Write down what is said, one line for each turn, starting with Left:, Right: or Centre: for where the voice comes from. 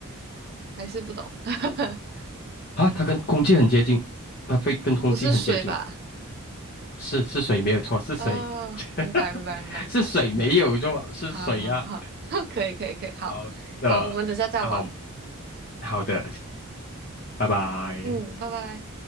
Right: 还是不懂，<laughs>
Left: 啊，它跟空气很接近，它非跟空气很接近，
Right: 不是水吧？
Left: 是是水没有错，是水，
Right: 哦，
Left: <laughs>
Right: 明白，明白，明白，明白。
Left: 是水没有错，是水呀、
Right: 好好好，
Left: 啊
Right: <laughs> 可以，可以，可以，好，
Left: 好的，
Right: 好，我们等下再玩。
Left: 好好的，拜拜。
Right: 嗯，拜拜。